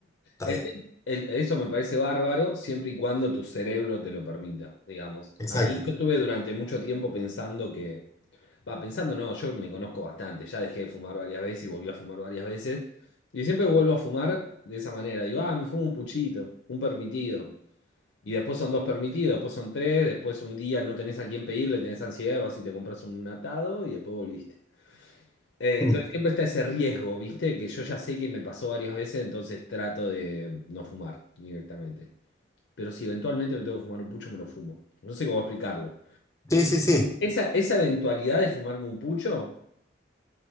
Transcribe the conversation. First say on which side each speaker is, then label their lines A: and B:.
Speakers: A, on the left (about 15°); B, on the left (about 85°).
A: está
B: El
A: bien.
B: te- el- eso me parece bárbaro siempre y cuando tu cerebro te lo permita, digamos.
A: Exacto.
B: A mí yo estuve durante mucho tiempo pensando que, va, pensando no, yo me conozco bastante, ya dejé de fumar varias veces y volví a fumar varias veces, y siempre vuelvo a fumar de esa manera, digo, ah, me fumo un puchito, un permitido, y después son dos permitidos, después son tres, después un día no tenés a quién pedirle, tenés ansiedad, vas y te compras un atado y después volviste. Eh,
A: Mm.
B: entonces siempre está ese riesgo, ¿viste? Que yo ya sé que me pasó varias veces, entonces trato de no fumar directamente. Pero si eventualmente me tengo que fumar un pucho, me lo fumo. No sé cómo explicarlo.
A: Sí, sí, sí.
B: Esa, esa eventualidad de fumarme un pucho